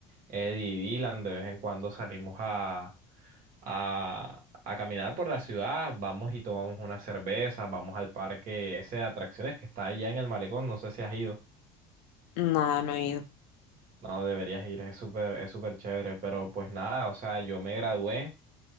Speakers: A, on the right; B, on the left.
A: Eddie y Dylan. De vez en cuando salimos a, a, a caminar por la ciudad, vamos y tomamos una cerveza, vamos al parque ese de atracciones que está allá en el malecón, no sé si has ido.
B: No, no he ido.
A: No, deberías ir, es súper, es súper chévere, pero pues nada, o sea, yo me gradué